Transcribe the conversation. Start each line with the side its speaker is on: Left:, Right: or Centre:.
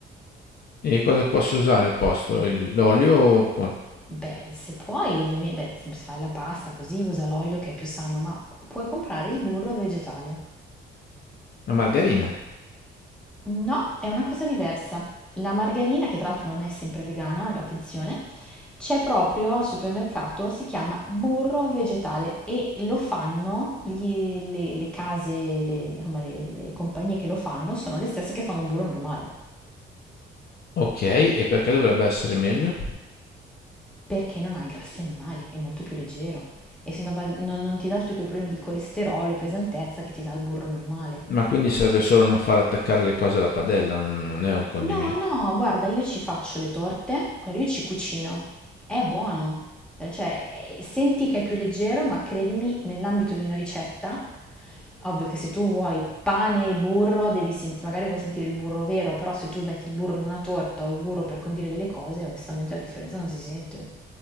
Left: E cosa posso usare al posto? Il- L'olio o con-
Centre: Beh, se puoi, ovviamente, beh, se fai la pasta così usa l'olio che è più sano, ma puoi comprare il burro vegetale.
Left: la margarina?
Centre: No, è una cosa diversa. La margarina, che tra l'altro non è sempre vegana, attenzione, c'è proprio al supermercato, si chiama burro vegetale e lo fanno gli- le, le case, le, insomma, le- le compagnie che lo fanno sono le stesse che fanno burro normale,
Left: Ok, e perché dovrebbe essere meglio?
Centre: perché non ha i grassi animali, è molto più leggero. E se non, non ti dà tutti quei problemi di colesterolo e pesantezza che ti dà il burro normale.
Left: Ma quindi serve solo a non far attaccare le cose alla padella, non non è un condimento.
Centre: No, no, guarda, io ci faccio le torte, allora io ci cucino. È buono. Eh, Cioè, eh, senti che è più leggero, ma credimi, nell'ambito di una ricetta, ovvio che se tu vuoi pane e burro, devi senti- magari vuoi sentire il burro vero, però se tu metti il burro in una torta o il burro per condire delle cose, onestamente la differenza non si sente.